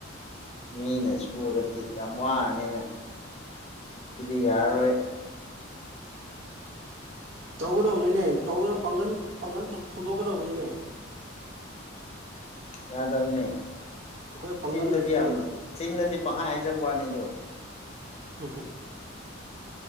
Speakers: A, on the left; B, on the right.
A: ꯃꯤꯅ ꯁꯨꯔꯒꯗꯤ ꯌꯥꯝ ꯋꯥꯔꯅꯤꯅ ꯁꯤꯗꯤ ꯌꯥꯔꯣꯏ
B: ꯇꯧꯒꯗꯕꯅꯤꯅꯦ ꯄꯥꯡꯒꯟ ꯄꯥꯡꯒꯟ ꯐꯨꯗꯣꯛꯀꯗꯕꯅꯤꯅꯦ
A: ꯌꯥꯗꯕꯅꯦ
B: ꯑꯩꯈꯣꯏ ꯄꯥꯡꯒꯟꯒꯤꯁꯤ
A: ꯆꯤꯟꯅꯗꯤ ꯌꯥꯝ ꯆꯤꯟꯅꯗꯤ ꯄꯥꯏ ꯍꯥꯏꯖꯕ ꯋꯥꯅꯤꯗꯣ
B: ꯝ